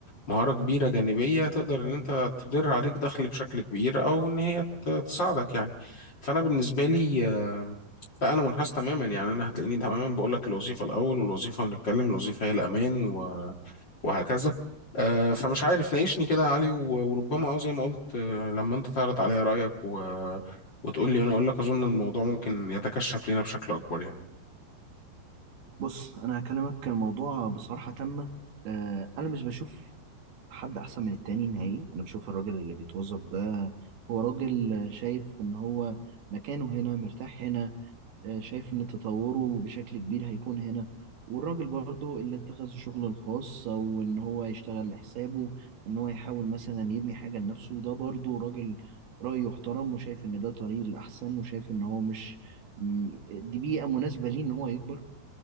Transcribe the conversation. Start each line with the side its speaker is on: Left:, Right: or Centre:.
Left: مهارة كبيرة جانبية تقدر إن أنت تدر عليك دخل بشكل كبير أو إن هي ت- تساعدك يعني فأنا بالنسبة لي آه، لا أنا منحاز تماما يعني أنا هتلاقيني تماما بقول لك الوظيفة الأول والوظيفة ونتكلم الوظيفة هي الأمان وهكذا آه، فمش عارف ناقشني كده يا علي و- وربما اه زي ما قلت آه، لما انت تعرض عليا رأيك و... وتقول لي انا اقول لك اظن الموضوع ممكن يتكشف لينا بشكل اكبر يعني
Right: بص انا هكلمك كان الموضوع بصراحه تامه آه، انا مش بشوف حد احسن من التاني نهائي انا بشوف الراجل اللي بيتوظف ده هو راجل شايف ان هو مكانه هنا مرتاح هنا آه، شايف إن تطوره بشكل كبير هيكون هنا والراجل برضو اللي اتخذ الشغل الخاص أو إن هو يشتغل لحسابه وإن هو يحاول مثلا يبني حاجة لنفسه ده برضو راجل رأيه يحترم وشايف إن ده طريق الأحسن وشايف إن هو مش م- دي بيئة مناسبة ليه إن هو يكبر